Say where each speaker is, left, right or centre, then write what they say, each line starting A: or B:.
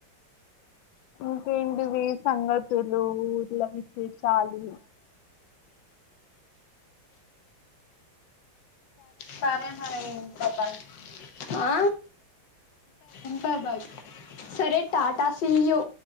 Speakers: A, on the left; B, on the left.
A: ఇంకేంటిది? సంగతులు ఇట్లా విశేషాలు.
B: సరే మరి ఇంక బాయ్. ఆ ఉంటా బాయ్ సరే టాటా సియ్యూ